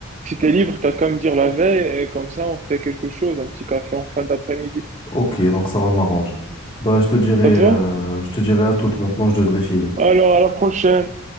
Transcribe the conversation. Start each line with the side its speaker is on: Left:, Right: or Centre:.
Right: si t'es libre, t'as qu'à me dire la veille et comme ça, on fait quelque chose, un petit café en fin d'après-midi.
Left: ok, donc ça va m'arranger. Bah, je te dirai, euh,
Right: Ça te va?
Left: je te dirai à toute maintenant, je devrais filer.
Right: Alors, à la prochaine.